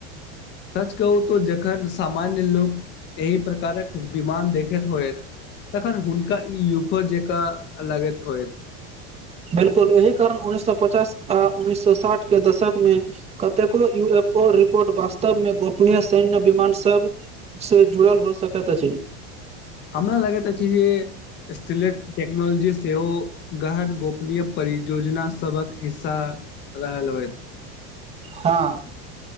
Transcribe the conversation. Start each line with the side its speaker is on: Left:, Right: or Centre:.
Left: सच कहू तो जखन सामान्य लोक एहि प्रकारक विमान देखैत होयत तखन हुनका ई युको जेका लागैत होएत
Right: बिलकुल एहि कारण उन्नैस सए पचास आ उन्नैस सए साठ के दशक मे कतेको यू एफ ओ रिपोर्ट वास्तव में गोपनीय सैन्य विमान सब से जुड़ल हो सकैत अछि
Left: हमरा लागैत छी जे स्ट टेक्नोलॉजी सेहो गहन गोपनीय परियोजना सबक हिस्सा रहल होइत
Right: हँ